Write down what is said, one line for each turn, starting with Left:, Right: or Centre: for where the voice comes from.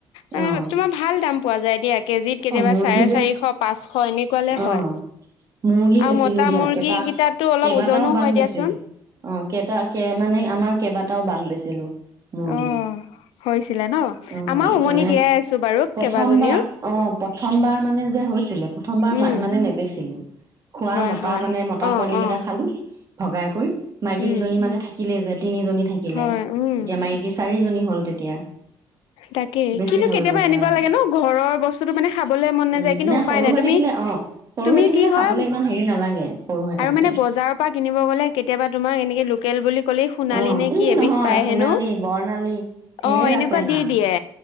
Left: মানে
Right: অ',
Left: তোমাৰ ভাল দাম পোৱা যায় এ দিয়া কেজিত কেতিয়াবা
Right: অ', মুৰ্গী
Left: চাৰে
Right: যে
Left: চাৰিশ পাঁচশ এনেকুৱালৈ
Right: অ'।
Left: হয়।
Right: মুৰ্গী
Left: আৰু
Right: বেচিলো
Left: মতা
Right: দিয়া,
Left: মুৰ্গী
Right: কেইটা
Left: কেইটাতো অলপ
Right: কেইবাটাও
Left: ওজনো
Right: বান
Left: হয় দিয়াচোন।
Right: বেচিলো অ', কেইটা মানে আমাৰ কেইবাটাও বান্ধ বেচিলো। মুৰ্গী।
Left: অ', হৈছিলে ন'
Right: অ',
Left: আমাৰ উমনি
Right: মানে
Left: দিয়াই আছো বাৰু
Right: প্ৰথমবাৰ
Left: কেইবাজনীও।
Right: অ', প্ৰথমবাৰ মানে যে হৈছিলে প্ৰথমবাৰ
Left: উম
Right: মানে নেবেচিলো। খোৱা
Left: হয়
Right: মতা
Left: হয়।
Right: মানে মতা
Left: অ
Right: পোৱালি
Left: অ
Right: কেইটা খালো ভগাই কৰি মাইকীকেইজনী
Left: উম
Right: মানে থাকিলেই যে তিনিজনী থাকিলে
Left: হয় উম।
Right: এতিয়া মাইকী চাৰিজনী হ'ল তেতিয়া
Left: তাকে
Right: বেছি
Left: কিন্তু
Right: হৈ
Left: কেতিয়াবা
Right: গ'ল যে
Left: এনেকুৱা
Right: অ
Left: লাগে ন', ঘৰৰ বস্তুতটো মানে খাবলৈ মন নাযায়
Right: উম
Left: কিন্তু উপায়
Right: সৰু
Left: নাই,
Right: হৈ
Left: তুমি
Right: থাকিলে অ সৰু
Left: তুমি
Right: হৈ থাকিলে
Left: কি হয়
Right: খাবলৈ ইমান হেৰি নালাগে সৰু হৈ
Left: আৰু
Right: থাকোতে
Left: মানে বজাৰৰ পৰা কিনিব গ'লে কেতিয়াবা তোমাক এনেকে ল লোকেল বুলি ক'লে সোণালি
Right: অ
Left: নে
Right: ই
Left: কি এবিধ
Right: নহয়
Left: পায়
Right: সোণালী
Left: হেনো
Right: বৰ্ণালী ঢেৰ
Left: অ', এনে
Right: আছে নাম
Left: দি দিয়ে